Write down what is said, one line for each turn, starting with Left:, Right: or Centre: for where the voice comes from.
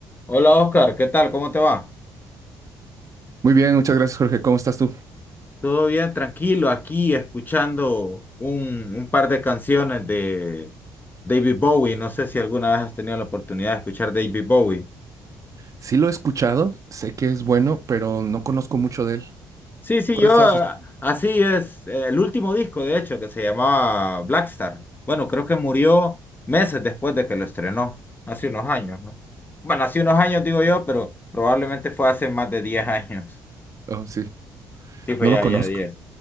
Left: Hola Oscar, ¿qué tal? ¿Cómo te va?
Right: Muy bien, muchas gracias, Jorge. ¿Cómo estás tú?
Left: Todo bien, tranquilo, aquí escuchando un, un par de canciones de David Bowie. No sé si alguna vez has tenido la oportunidad de escuchar David Bowie.
Right: Sí lo he escuchado, sé que es bueno, pero no conozco mucho de él.
Left: Sí, sí,
Right: ¿Cuál
Left: yo
Right: estabas
Left: ah,
Right: escuchando?
Left: así es, eh, el último disco de hecho que se llamaba Blackstar. Bueno, creo que murió meses después de que lo estrenó, hace unos años, ¿no? Bueno, hace unos años digo yo, pero probablemente fue hace más de 10 años.
Right: Oh, sí,
Left: Sí, fue
Right: no
Left: ya,
Right: lo conozco.
Left: ya diez